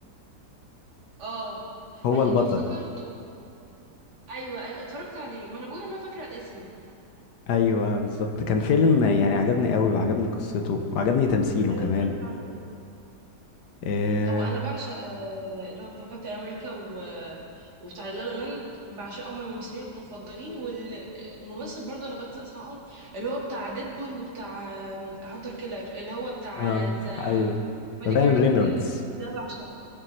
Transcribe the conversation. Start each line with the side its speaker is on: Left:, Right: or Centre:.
Right: اه
Left: هو
Right: ايوه
Left: البطل
Right: افتكرته ايوه ايوه اتفرجت عليه ما انا بقول انا فاكره الاسم
Left: ايوه بالظبط كان فيلم يعني عجبني قوي وعجبني قصته وعجبني تمثيله
Right: ايوه
Left: كمان
Right: اتفرجت عليه
Left: اه,
Right: هو انا بعشق آه اللي هو بتاع كابتن امريكا و... آه، وبتاع لا لا لاند بعشقهم من الممثلين المفضلين والممثل برضو انا بنسى اسمائهم اللي هو بتاع ديدبول وبتاع آه، هانتر كيلر اللي هو بتاع
Left: آه
Right: ذا
Left: ايوه
Right: بادي
Left: راين
Right: جارد
Left: رينولدز
Right: ده بعشقه